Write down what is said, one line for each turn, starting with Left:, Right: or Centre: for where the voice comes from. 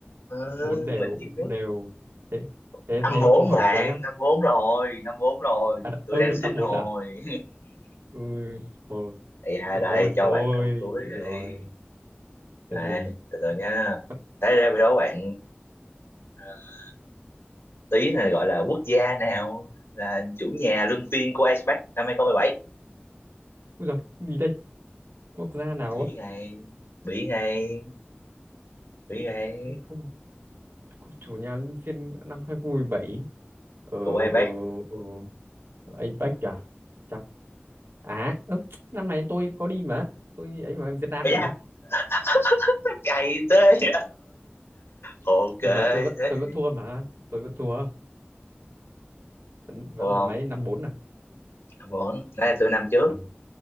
Left: ừ,
Right: bốn đều
Left: mình yêu nước
Right: bốn đều thế thế
Left: năm
Right: thế
Left: bốn
Right: câu hỏi
Left: bạn
Right: cuối nhá
Left: năm bốn rồi năm bốn rồi
Right: à, đ-
Left: tôi
Right: ừ,
Left: đang xin
Right: năm bốn
Left: rồi
Right: à ừ, thôi
Left: <laughs> Ây da
Right: năm
Left: đây
Right: bốn rồi
Left: cho
Right: thôi
Left: bạn câu cuối
Right: chịu rồi
Left: đi này
Right: thế thì
Left: từ từ nha
Right: Ủa,
Left: thế ra đâu bạn ờ, tí này gọi là quốc gia nào là chủ nhà luân phiên của Ice Pack năm hai không mười bảy
Right: ui giời, gì đây quốc gia nào
Left: bị
Right: á
Left: ngay bị ngay bị ngay
Right: hay không Quốc- chủ nhà luân phiên năm 2017 ở ở
Left: của ai bác
Right: ờ ờ, APEC à chắc à ớ, năm này tôi có đi mà tôi ấy mà Việt Nam
Left: ấy
Right: mà
Left: da <laughs> cày thế <laughs> ok
Right: nhưng mà tôi vẫn
Left: thế
Right: tôi
Left: thì
Right: vẫn thua mà tôi vẫn thua vẫn vẫn
Left: wow,
Right: là mấy năm bốn à
Left: bốn đây là tôi năm trước
Right: năm